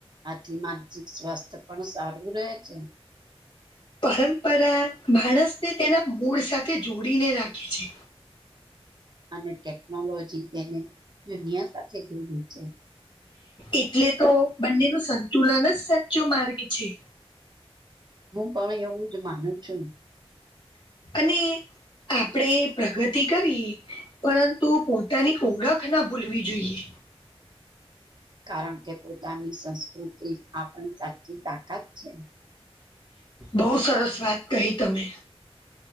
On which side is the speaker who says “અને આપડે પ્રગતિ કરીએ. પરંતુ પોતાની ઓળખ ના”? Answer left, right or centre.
Left